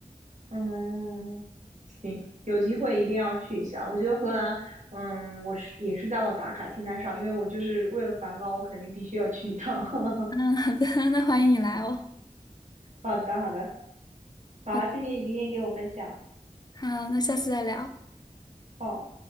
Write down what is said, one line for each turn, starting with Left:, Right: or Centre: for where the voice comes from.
Right: 嗯，行，有机会一定要去一下。我觉得荷兰，嗯，我是也是在我打卡清单上，因为我就是为了梵高，我肯定必须要去一趟。<laughs>
Left: 嗯，好的，那欢迎你来哦。
Right: 好的好的，好，
Left: 好，
Right: 谢谢你今天给我分享。
Left: 好，那下次再聊。
Right: 好。